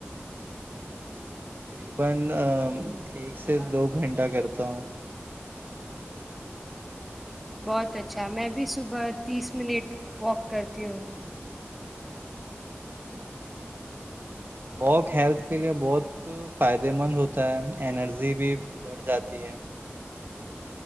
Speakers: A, on the right; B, in the centre.
A: <inaudible>
B: بہت اچھا میں بھی صبح تیس منٹ واک کرتی ہوں
A: ہ واک ہیلتھ کے لیے بہت فائدے مند ہوتا ہے انرجی بھی بڑھ جاتی ہے